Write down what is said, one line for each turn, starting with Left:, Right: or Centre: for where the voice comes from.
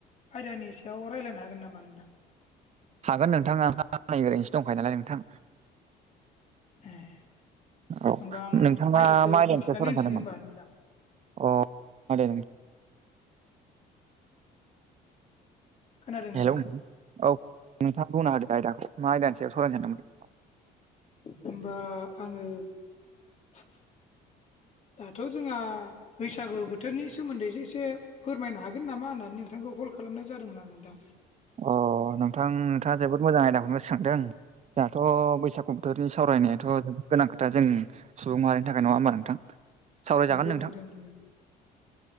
Left: आयदानि सायाव रायज्लायनो हागोन नामा नोंथां
Right: हागोन नोंथां आं ओरैनोसो दंखायो नालाय नोंथां
Left: ए होनोमबा
Right: औ
Left: आं
Right: नोंथाङा
Left: आयदाखौ
Right: मा आयदानि
Left: बुंथिनानै
Right: सायाव सावरायनो
Left: होनसै
Right: सानदोंमोन?
Left: होमबा नोंथां
Right: अ खोनादों
Left: खोनादों नोंथां
Right: हेलौ औ नोंथाङा बुंना होद आयदाखौ मा आयदानिसायाव सरायनो सानदोंमोन
Left: होनबा आङो दाथ' जोंहा बैसागु बोथोरनि सोमोन्दैसो एसे फोरमायनो हागोन नामा होननानै नोंथांखौ कल खालामनाय जादोंमोना नोंदां
Right: अ नोंथां नोंथाङा जोबोद मोजां आयदाखौनो सोंदों जोंहाथ' बैसाग कक्टरनि सावरायनायाथ' जोबोद गोनां खोथा जों सुबुं माहारिनि थाखाय नङा होनबा नोंथां सावरायजागोन
Left: नोंगौ
Right: नोंथां
Left: नोंगौ